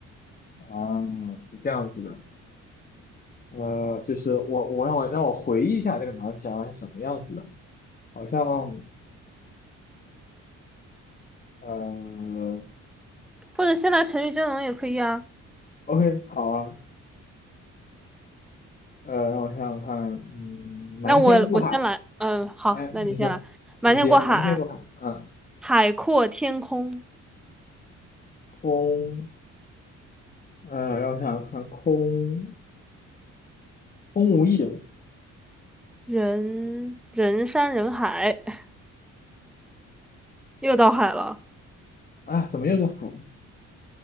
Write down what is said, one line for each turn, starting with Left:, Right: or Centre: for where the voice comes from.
Left: 啊？是这样子的，呃，就是我我让我让我回忆一下这个脑筋急转弯是什么样子的，好像呃
Centre: 或者先来成语接龙也可以啊。
Left: ，OK，好啊，呃，让我想想看，嗯，瞒天过海，
Centre: 那我我先来，嗯，好，
Left: 哎，
Centre: 那你先来。
Left: 你说。
Centre: 瞒天过海，
Left: 你接瞒天过海，嗯，
Centre: 海阔天空，
Left: 空呃，让我想想看，空空无一人。
Centre: 人人山人海，<laughs> 又到海了。
Left: 哎呀，怎么又是海？